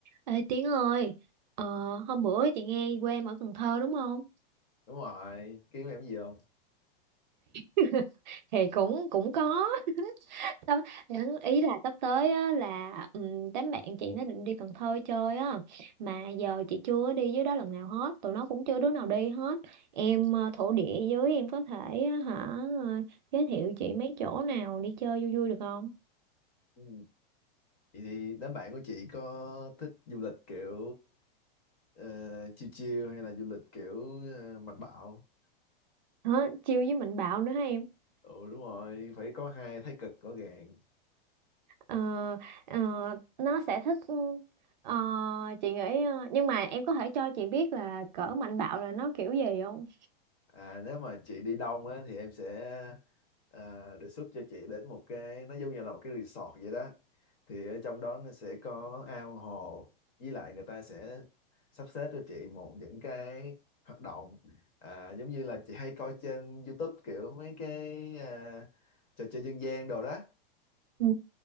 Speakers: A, on the right; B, on the left.
A: Ê Tiến ơi, ờ, hôm bữa chị nghe quê em ở Cần Thơ đúng không?
B: đúng rồi kiếm em cái gì không
A: <laughs> Thì cũng cũng có. <laughs> Sắp- Ý là sắp tới á, là um, đám bạn chị nó định đi Cần Thơ chơi á, mà giờ chị chưa đi dưới đó lần nào hết, tụi nó cũng chưa đứa nào đi hết. Em ờ, thổ địa dưới em có thể á, hả ờ, giới thiệu chị mấy chỗ nào đi chơi vui vui được không?
B: Ừ. vậy thì đám bạn của chị có thích du lịch kiểu ờ, chill chill hay là du lịch kiểu ờ, mạnh bạo
A: Hả? Chiêu với Mạnh Bạo nữa hả em?
B: ừ đúng rồi phải có hai thái cực rõ ràng
A: Ờ, ờ, nó sẽ thích ừ, ờ, chị nghĩ ờ, nhưng mà em có thể cho chị biết là cỡ mạnh bạo là nó kiểu gì không?
B: À, nếu mà chị đi đông á, thì em sẽ à, đề xuất cho chị đến một cái nó giống như là một cái resort vậy đó thì ở trong đó nó sẽ có ao hồ với lại người ta sẽ sắp xếp cho chị một những cái hoạt động à, giống như là chị hay coi trên YouTube kiểu mấy cái à, trò chơi dân gian đồ đó
A: Ừ.